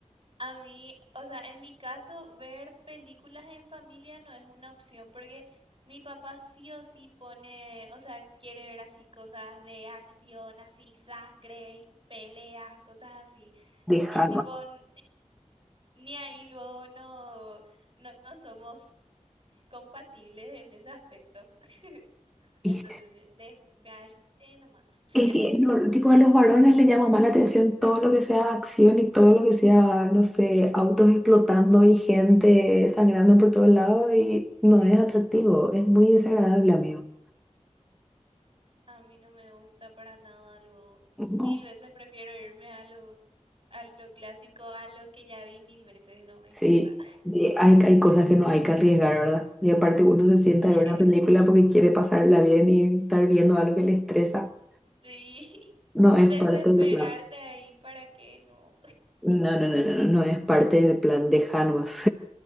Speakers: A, on the right; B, in the centre.
A: A mí, o sea, en mi caso, ver películas en familia no es una opción porque mi papá sí o sí pone, o sea, quiere ver así cosas de acción, así sangre y peleas, cosas así.
B: de
A: Y
B: Harvard.
A: tipo, n- ni ahí luego no, no, no somos compatibles en ese aspecto. <laughs>
B: Y
A: Entonces,
B: sí,
A: deja nomás. <laughs>
B: es que no, tipo, a los varones les llama más la atención todo lo que sea acción y todo lo que sea, no sé, autos explotando y gente sangrando por todos lados y no
A: Sí.
B: es atractivo, es muy desagradable, amigo.
A: A mí no me gusta para nada luego.
B: ¿No?
A: Mil veces prefiero irme a lo, a lo clásico, a lo que ya vi mil veces, no me importa.
B: Sí, y hay, hay cosas que no hay que arriesgar, ¿verdad? Y aparte uno se
A: <laughs>
B: sienta a ver una película porque quiere pasarla bien y estar viendo algo que le estresa.
A: Sí, <laughs>
B: No es
A: desesperarte
B: parte del plan.
A: ahí para que no.
B: No, no, no, no, no, no es parte del plan de Hanvas.